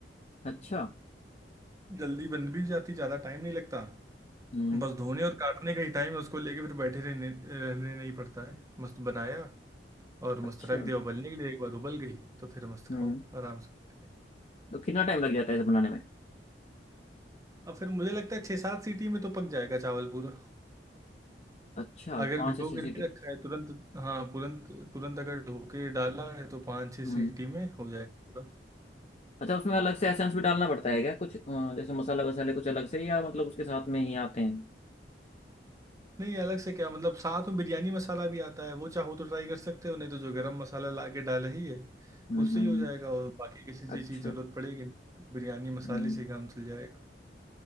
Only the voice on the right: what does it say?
जल्दी बन भी जाती ज़्यादा टाइम नहीं लगता
बस धोने और काटने का ही टाइम है उसको लेके फिर बैठे रहने रहने नहीं पड़ता है मस्त बनाया और
मस्त रख दिया उबलने के लिए एक बार उबल गई तो फिर मस्त
खाओ आराम से बैठ के
अब फिर मुझे लगता है छः सात सीटी में तो पक जाएगा चावल पूरा
अगर
भिगो
के
नहीं रखा है तुरंत हाँ तुरंत तुरंत अगर धो के डाला है तो पाँच छः
सीटी में हो जाएगा पूरा
नहीं अलग से क्या मतलब साथ में बिरयानी मसाला भी आता है वो चाहो तो ट्राई कर सकते हो नहीं तो जो गरम मसाला ला के डाला ही है
उससे
ही
हो जाएगा और बाकी किसी चीज़
की जरूरत पड़ेगी नहीं। बिरयानी मसाले
से ही काम चल जाएगा